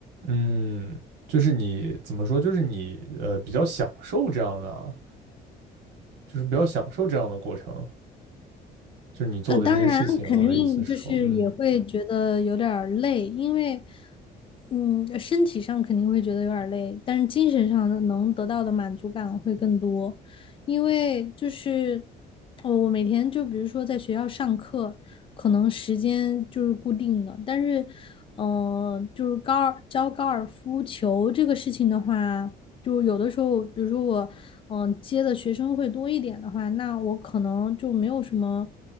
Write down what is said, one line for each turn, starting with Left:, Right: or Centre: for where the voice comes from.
Right: 嗯，就是你怎么说？就是你呃比较享受这样的啊，就是比较享受这样的过程，就是你做的这些事情。
Left: 呃，当然肯定就是也会觉得有点儿累，
Right: 我的意思是说，嗯
Left: 因为，嗯，身体上肯定会觉得有点儿累，但是精神上的能得到的满足感会更多，因为就是，我我每天就比如说在学校上课，可能时间就是固定的，但是，嗯，就是高尔教高尔夫球这个事情的话，就有的时候，比如说我，嗯、接的学生会多一点的话，那我可能就没有什么。